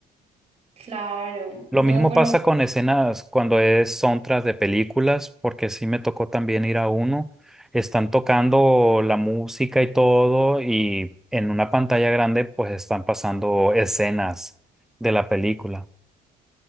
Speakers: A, on the right; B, in the centre.
A: Claro, no,
B: Lo mismo
A: pero
B: pasa con escenas cuando es soundtrack de películas, porque sí me tocó también ir a uno. Están tocando la música y todo, y en una pantalla grande pues están pasando escenas de la película.